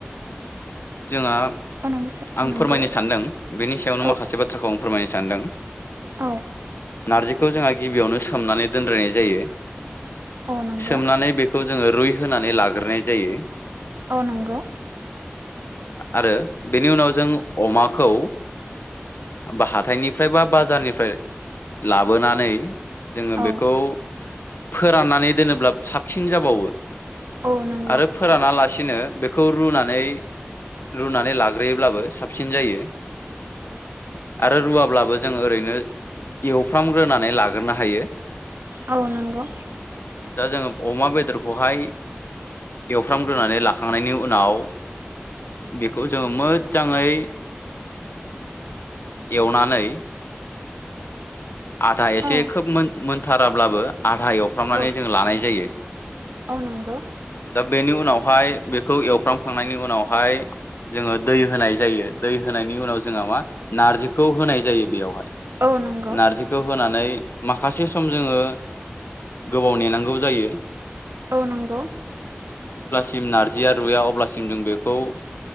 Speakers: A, on the left; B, on the right.
A: जोंहा
B: औ नंगौ सार
A: आं
B: नंगौ
A: फोरमायनो सानदों बेनि सायावनो
B: औ
A: माखासे बाथ्राखौ आं फोरमायनसै सान्दों
B: औ
A: नारजिखौ जोंहा गिबियावनो सोमनानै दोनद्रायनाय जायो
B: औ नंगौ
A: सोमनानै बेखौ जोङो रुइ होनानै लाग्रोनाय जायो
B: अ नंगौ।
A: आरो बेनि उनाव जों अमाखौ बा हाथायनिफ्रायबा बाजारनिफ्राय लाबोनानै जोंङो
B: औ
A: बेखौ फोराननानै दोनोब्ला साबसिन जाबावो
B: औ नंगौ
A: आरो फोरानालासिनो बेखौ रुनानै रुनानै लाग्रोयोब्लाबो साबसिन जायो आरो रुवाब्लाबो जों ओरैनो एवफ्रामग्रोनानै लाग्रोनो हायो
B: औ नंगौ
A: दा जोंङो अमा बेदर खौहाय एवफ्रामग्रोनानै लाखांनायनि उनाव बेखौ जोंङो मोजांङै एवनानै आधा एसे
B: औ
A: खोब मोन मोन थाराब्लाबो आधा एवफ्रामनानै
B: औ
A: जों लानाय जायो
B: औ नंगौ
A: दा बेनि उनाव फाय बेखौ एवफ्रामखांनायनि उनावहाय जोंङो दै होनाय जायो, दै होनायनि उनाव जोंहा मा नारजिखौ होनाय जायो बेयावहाय।
B: औ नंग
A: नारजिखौ होनानै माखासे सम जोंङो गोबाव नेनांगौ जायो।
B: औ नंगौ।
A: सिम नारजिया रुया अब्लासिम जों बेखौ